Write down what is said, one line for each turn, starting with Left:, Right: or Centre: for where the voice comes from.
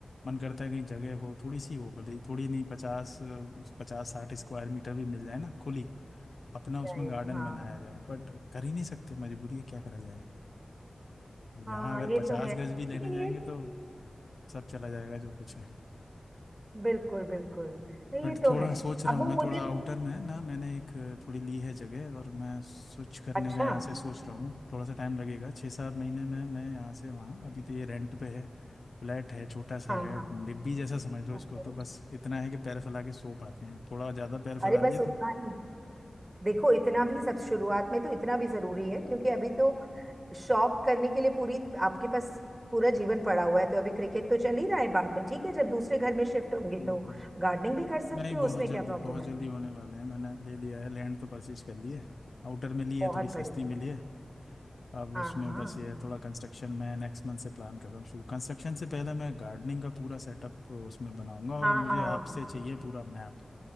Left: मन करता है कहीं जगह हो थोड़ी सी हो भले ही थोड़ी नहीं पचास पचास साठ स्क्वायर मीटर भी मिल जाए ना खुली अपना उसमें
Right: राइट
Left: गार्डन
Right: हाँ right, हाँ।
Left: बनाया जाए बट कर ही नहीं सकते मजबूरी है क्या करा जाए
Right: हाँ
Left: यहाँ अगर
Right: ये
Left: पचास
Right: तो है
Left: गज
Right: लेकिन
Left: भी लेने जाएंगे
Right: ये
Left: तो सब चला जाएगा जो कुछ है
Right: बिल्कुल बिल्कुल नहीं
Left: बट
Right: ये तो
Left: थोड़ा
Right: है
Left: सोच रहा
Right: अब
Left: हूँ
Right: वो
Left: मैं
Right: मुझे
Left: थोड़ा आउटर में है ना मैंने एक अ, थोड़ी ली है जगह और मैं स्विच करने
Right: अच्छा
Left: का यहाँ से सोच रहा हूँ थोड़ा सा टाइम लगेगा छः सात महीने में मैं यहाँ से वहाँ अभी तो ये रेंट पे है फ्लैट है छोटा सा
Right: हाँ
Left: है
Right: हाँ
Left: डिब्बी जैसा समझ लो
Right: ओके
Left: इसको तो बस इतना है कि पैर फैला के सो पाते हैं थोड़ा ज़्यादा पैर फैला
Right: अरे बस
Left: लिए
Right: उतना
Left: तो
Right: ही देखो इतना भी सब शुरुआत में तो इतना भी जरूरी है क्योंकि अभी तो शौक करने के लिए पूरी आपके पास पूरा जीवन पड़ा हुआ है तो अभी क्रिकेट तो चल ही रहा है बाद में ठीक है जब दूसरे घर में शिफ्ट होंगे
Left: हम्म,
Right: तो गार्डनिंग भी कर सकते
Left: नहीं
Right: हो
Left: बहुत
Right: उसमें
Left: जल्दी
Right: क्या प्रॉब्लम
Left: बहुत
Right: है
Left: जल्दी होने वाले हैं मैंने ले लिया है लैंड तो परचेज कर ली है आउटर में ली
Right: बहुत
Left: है थोड़ी सस्ती
Right: बड़ी
Left: मिली है अब
Right: हाँ
Left: उसमें
Right: हाँ
Left: बस ये है थोड़ा कंस्ट्रक्शन मैं नेक्स्ट मंथ से प्लान कर रहा हूँ शुरू कंस्ट्रक्शन से पहले मैं गार्डनिंग का पूरा सेटअप उसमें बनाऊंगा
Right: हाँ
Left: और मुझे आपसे
Right: हाँ।
Left: चाहिए पूरा मैप